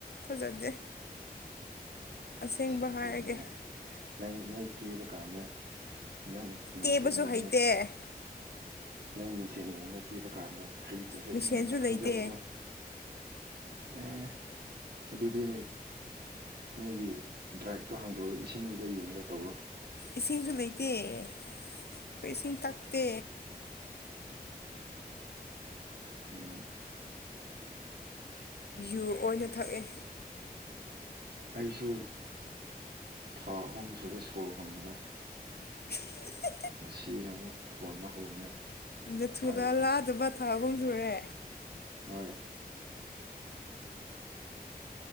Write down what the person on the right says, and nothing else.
ꯐꯖꯗꯦ
ꯍꯥꯏꯅ ꯅꯪ ꯅꯣꯏ ꯀꯦꯕ ꯀꯥꯟꯗ ꯅꯪꯅ ꯅꯨꯡꯁꯤꯅ
ꯌꯦꯡꯉꯛꯈꯤ
ꯅꯪ ꯃꯤꯁꯦ ꯌꯦꯡꯉꯛꯈꯤꯕ ꯀꯥꯟꯗ ꯍꯩꯇ꯭ꯔꯁꯨ
ꯑꯗꯨꯝ ꯅꯪꯅ
ꯈꯪꯖꯕꯗꯣ ꯑꯦ ꯑꯗꯨꯗꯤ ꯅꯣꯏꯒꯤ ꯗ꯭ꯔꯥꯏꯛꯇꯣ ꯍꯥꯡꯗꯣꯛꯑꯒ ꯏꯁꯤꯡꯗꯨꯗ ꯌꯦꯡꯉ ꯇꯧꯔꯣ
ꯎꯝ
ꯑꯩꯁꯨ ꯊꯥ ꯑꯍꯨꯝ ꯁꯨꯔꯦ ꯁꯣꯔ ꯍꯣꯟꯅꯕ
ꯉꯁꯤꯅ ꯑꯃꯨꯛ ꯍꯣꯟꯕ ꯍꯧꯕꯅꯤ
ꯄꯥꯏ ꯂꯩꯣ
ꯍꯣꯏ